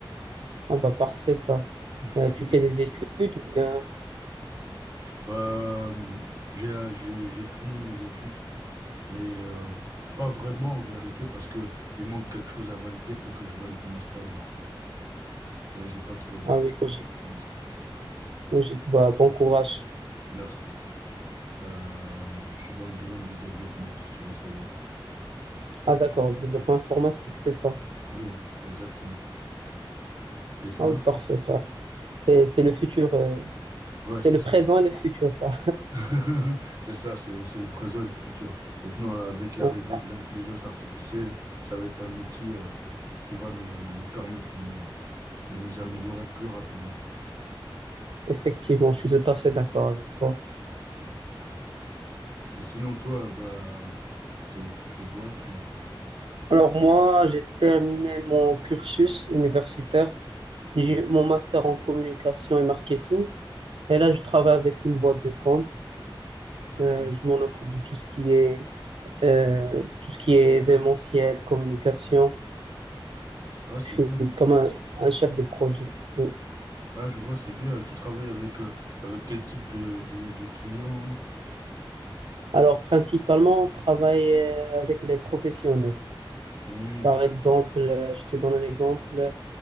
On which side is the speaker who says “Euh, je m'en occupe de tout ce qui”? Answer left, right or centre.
Right